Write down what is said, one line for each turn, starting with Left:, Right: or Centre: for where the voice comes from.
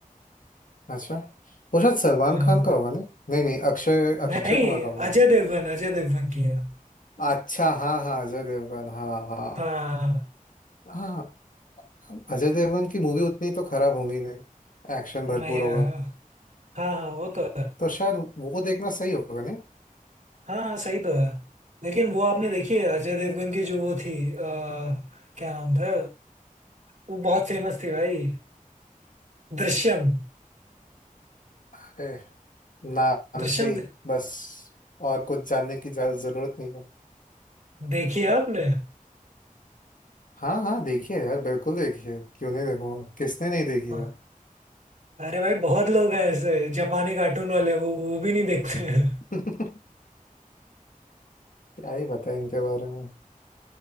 Left: अच्छा वो शायद सलमान
Right: हाँ
Left: खान का होगा नहीं नहीं नहीं अक्षय
Right: नहीं
Left: अक्षय कुमार का होगा
Right: अजय देवगन अजय देवगन की है
Left: अच्छा हाँ हाँ अजय देवगन हाँ हाँ
Right: हाँ
Left: हाँ अजय देवगन की मूवी उतनी तो खराब होंगी नहीं एक्शन भरपूर
Right: मैं
Left: होगा
Right: हाँ हाँ हाँ, वो तो है।
Left: तो शायद वो देखना सही होगा नहीं
Right: हाँ हाँ सही तो है लेकिन वो आपने देखी है अजय देवगन की जो वो थी अ, क्या नाम था वो बहुत फेमस थी भाई दृश्यम
Left: अरे नाम
Right: दृश्यम
Left: से ही
Right: दे-
Left: बस और कुछ जानने की ज्यादा जरूरत नहीं है
Right: देखी है आपने
Left: हाँ हाँ देखिए यार बिल्कुल देखिए क्यों नहीं देखूंगा किसने नहीं देखी है
Right: हाँ। अरे भाई बहुत लोग हैं ऐसे जापानी कार्टून वाले वो वो भी नहीं देखते <laughs> हैं
Left: <laughs> क्या ही बताएं इनके बारे में